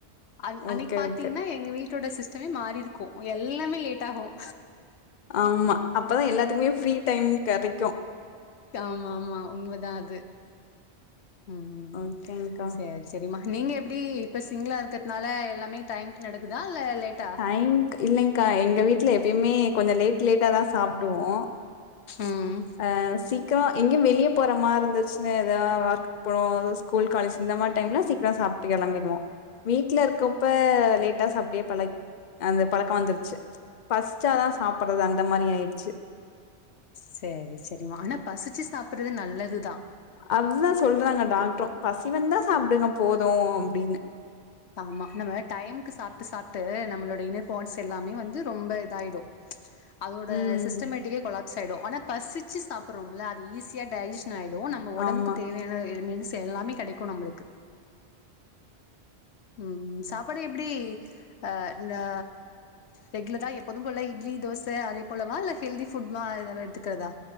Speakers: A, on the left; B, on the left.
A: அ அன்னைக்கி
B: ஓகே
A: பாத்திங்கன்னா
B: ஓகே
A: எங்க வீட்டோட சிஸ் டைம்மே மாறி இருக்கும் எல்லாமே லேட் ஆகும்
B: ஆமா அப்பதா எல்லாத்துக்குமே ஃப்ரீ டைம் கெடைக்கும்
A: ஆமா ஆமா உண்மதா அது ம் ம்
B: ஓகேங்க்கா
A: சரி தெரிம்மா நீங்க எப்டி இப்ப சிங்களா இருக்றதுனால எல்லாமே டைம்க்கு நடக்குதா இல்ல லேட்டா
B: டைம் இல்லேங்கா எங்க வீட்ல எப்பயுமே லேட் லேட்டா தா சாப்டுவோம்
A: ம்
B: அ சீக்க எங்கேயு வெளியே போற மாரி இருந்துச்சுன்னா ஏதா ஒர்க் இப்போ ஸ்கூல் காலேஜ் இந்த மாரி டைம்ல சீக்கிர சாப்ட்டு கெளம்பிடுவோ வீட்ல இருக்கப்ப லேட்டா சாப்டே பழக் அந்த பழக்க வந்துருச்சு பஸ்சாதா சாப்புறது அந்த மாரி ஆயிடுச்சு
A: சேரி செரிமா ஆனா பசிச்சு சாப்புறது நல்லதுதா
B: அதுதா சொல்றாங்க டாக்ட்ரு பசி வந்தா சாப்டுங்க போது அப்டின்னு
A: ஆமா நம்ம டைம்க்கு சாப்ட்டு சாப்ட்டு நம்மளோட இன்ன பாட்ஸ் எல்லாமே வந்து ரொம்ப இதாயிடு
B: <inaudible>
A: அதோட
B: ம்
A: சிஸ்டமேட்டிக்கே கொலாப்ஸ் ஆயிடு ஆனா பசிச்சு சாப்புறோம்ல அது ஈஸியா டைஜெஷ் ன் ஆயிடு நம்ம ஒடம்புக்கு
B: ஆமா
A: தேவையான மென்ஸ் எல்லாமே கெடைக்கு நம்மளுக்கு ம் சாப்பாடு எப்டி ஆ ரா ரெகுலரா எப்போது போல இட்லி தோச அதே போலவா இல்ல ஹெல்தி ஃபுட்மா ஏதா எடுத்துக்கறதா